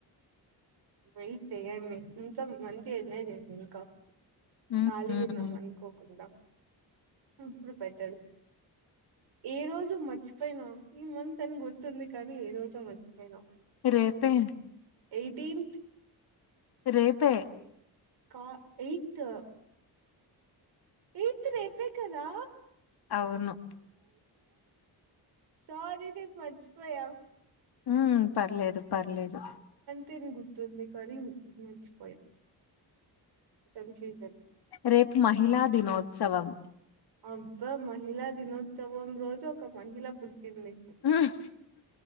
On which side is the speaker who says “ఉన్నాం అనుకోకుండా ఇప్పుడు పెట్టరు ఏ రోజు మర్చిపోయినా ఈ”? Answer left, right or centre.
Right